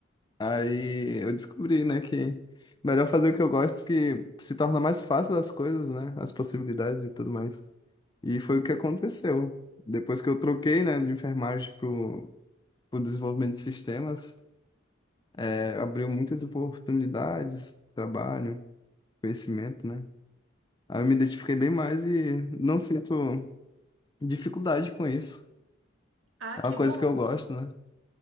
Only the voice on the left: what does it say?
Aí eu descobri, né, que melhor fazer o que eu gosto, que se torna mais fácil as coisas, né, as possibilidades e tudo mais. E foi o que aconteceu. Depois que eu troquei, né, de enfermagem para o desenvolvimento de sistemas, é, abriu muitas oportunidades, trabalho, conhecimento, né? Aí eu me identifiquei bem mais e não sinto dificuldade com isso.
É
uma coisa
que eu gosto, né?